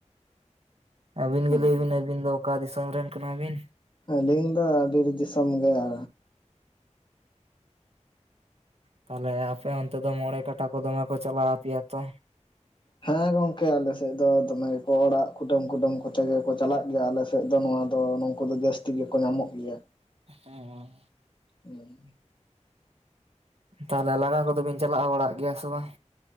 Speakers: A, on the right; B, on the left.
A: ᱟᱹᱵᱤᱱ
B: ᱦᱮᱸ
A: ᱜᱤ ᱞᱟᱹᱭ ᱵᱤᱱ ᱟᱹᱵᱤᱱ ᱫᱚ ᱚᱠᱟ ᱫᱤᱥᱚᱢ ᱨᱮᱱ ᱠᱟᱱᱟ ᱵᱤᱱ?
B: ᱟᱹᱞᱤᱧ ᱫᱚ ᱵᱤᱨ ᱫᱤᱥᱚᱢ ᱜᱮᱭᱟ᱾
A: ᱛᱟᱦᱞᱮ ᱟᱯᱮ ᱚᱱᱛᱮ ᱫᱚ ᱢᱚᱬᱮ ᱠᱟᱴᱟ ᱠᱚ ᱫᱚᱢᱮ ᱠᱚ ᱪᱟᱞᱟᱣ ᱟᱯᱮᱭᱟ ᱛᱚ᱾
B: ᱦᱮᱸ ᱜᱚᱝᱠᱮ ᱟᱞᱮᱥᱮᱫ ᱫᱚ ᱫᱚᱢᱮ ᱜᱮᱠᱚ ᱚᱲᱟᱜ ᱠᱩᱰᱟᱹᱢ ᱠᱩᱰᱟᱹᱢ ᱠᱚᱛᱮ ᱜᱮᱠᱚ ᱪᱟᱞᱟᱜ ᱜᱮᱭᱟ ᱟᱞᱮᱥᱮᱫ ᱫᱚ ᱱᱚᱣᱟ ᱫᱚ ᱱᱚᱝ ᱩᱱᱠᱩ ᱫᱚ ᱡᱟᱹᱥᱛᱤ ᱜᱮᱠᱚ ᱧᱟᱢᱚᱜ ᱜᱮᱭᱟ᱾
A: ᱦᱮᱸ
B: ᱦᱩᱸ
A: ᱛᱟᱦᱚᱞᱮ ᱞᱟᱜᱟ ᱠᱚᱫᱚ ᱵᱤᱱ ᱪᱟᱞᱟᱣ ᱵᱟᱲᱟᱜ ᱜᱮᱭᱟ ᱥᱮ ᱵᱟᱝ?